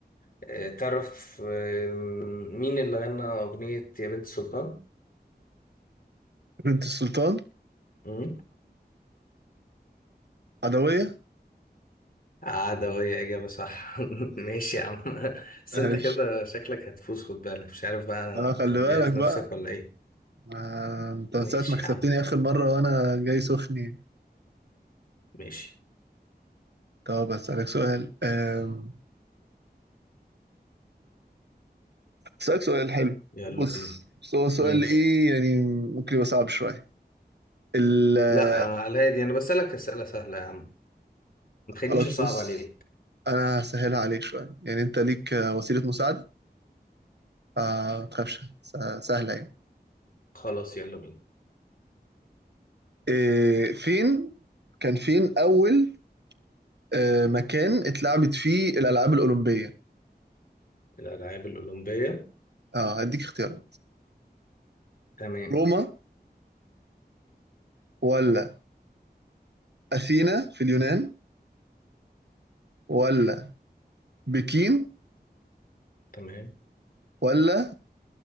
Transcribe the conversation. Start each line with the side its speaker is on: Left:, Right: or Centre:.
Left: إيه تعرف آم، مين اللي غنى أغنية يا بنت سلطان؟
Right: بنت السلطان
Left: مم؟
Right: عدوية
Left: عدوية إجابة صح <laughs> ماشي يا عم بس
Right: ماشي
Left: أنت كده شكلك هتفوز خد بالك مش عارف بقى
Right: اه
Left: أنت
Right: خلي
Left: مجهز
Right: بالك بقى
Left: نفسك ولا إيه
Right: آه، انت من
Left: ماشي
Right: ساعة ما كسبتني
Left: يا عم
Right: آخر مرة وأنا جاي سخني
Left: ماشي
Right: طب أسألك سؤال آم، أسألك سؤال حلو
Left: يلا
Right: بص
Left: بينا
Right: بس هو سؤال
Left: ماشي
Right: إيه يعني ممكن يبقى صعب شوية ال آه،
Left: لا آه، على الهادي أنا بسألك أسئلة سهلة يا عم ما تخلينيش
Right: خلاص
Left: أصعب
Right: بص
Left: عليك
Right: أنا هسهلها عليك شوية يعني أنت ليك آه، وسيلة مساعدة آه، ما تخافش س- سهلة يعني
Left: خلاص يلا بينا
Right: إيه فين كان فين أول آه، مكان اتلعبت فيه الألعاب الأولمبية
Left: الألعاب الأولمبية
Right: اه هديك اختيارات
Left: تمام
Right: روما ولا أثينا في اليونان ولا بكين
Left: تمام
Right: ولا